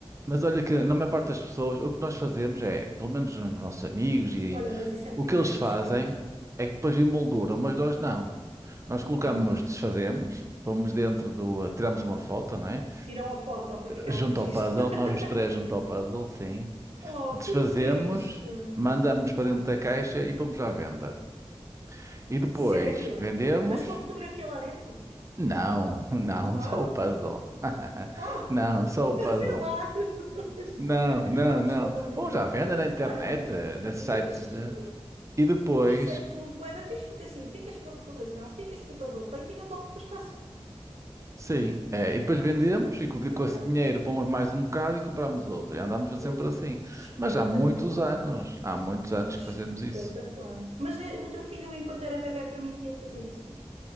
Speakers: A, on the right; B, on the right.
A: mas olha que na maior parte das pessoas, o que nós fazemos é, pelo menos os nossos amigos e
B: Olha, mas isso é muito
A: o que eles
B: fixe
A: fazem
B: mesmo.
A: é que depois emolduram, mas nós não. Nós colocamos,
B: Uh-uh.
A: desfazemos, pomos dentro do, tiramos uma foto, não é?
B: Tiram a foto para ficar
A: Junto
B: registro.
A: ao puzzle,
B: <laughs>
A: nós os três junto ao puzzle, sim.
B: Oh,
A: Desfazemos,
B: que fixe!
A: mandamos para dentro da caixa e pomos à venda. E depois
B: Sério?
A: vendemos.
B: Mas com a fotografia lá dentro?
A: Não, <laughs> não,
B: Oh,
A: só o puzzle. <laughs>
B: oh,
A: Não, só o
B: <laughs> eu
A: puzzle.
B: sei lá. <laughs>
A: Não, não,
B: Oh, desculpa
A: não.
B: a pergunta,
A: Bom, já
B: Bárbara.
A: vende na internet,
B: Olha, muito
A: eh,
B: fixe.
A: nesses sites de... E depois,
B: Isso é tudo bué da fixe, porque assim, ficas com a recordação, ficas com o puzzle feito e não te ocupa espaço.
A: sim, eh, e depois vendemos e com
B: Espetáculo.
A: com esse dinheiro pomos mais um bocado e compramos outro. E andamos
B: Oh,
A: sempre assim.
B: Espetacular.
A: Mas há muitos anos, há muitos anos que
B: Espetacular.
A: fazemos isso.
B: Mas eh, o teu filho, enquanto era bebé, permitia-te fazer isso?